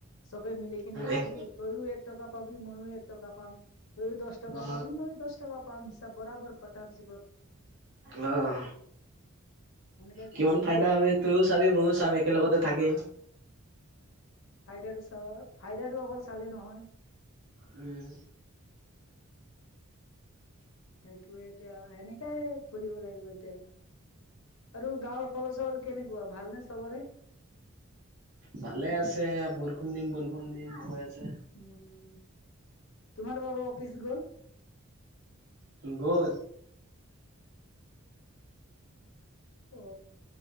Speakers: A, on the left; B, on the right.
A: চবে মিলি কিনে খোলো
B: এক
A: তইও এক টকা পাবি ময়ো এক টকা পাম। তইও দচ টকা
B: অ
A: পাবি মইও দচ টকা পাম হিচাপ বৰাবৰ পাটনাৰ চিপট।
B: আহ
A: সেনেকাই
B: কিমান
A: কৰো ন
B: ফাইদা হয় তইও চাবি ময়ো চাম একেলগতে থাকিম।
A: ফাইদাৰটো চ ফাইদাৰটো অকল চালে নহয়
B: উম
A: সেইটোয়ে এতিয়া সেনেকাই খুলিব লাগিব এতিয়া। আৰু গাঁৱৰ খবৰ- চবৰ কেনেকুৱা ভালনে চবৰে?
B: ভালে আছে বৰষুণ দিম -বৰষুণ দিম হৈ আছে।
A: উম তোমাৰ বাবা অফিচ গ'ল?
B: গ'ল
A: অ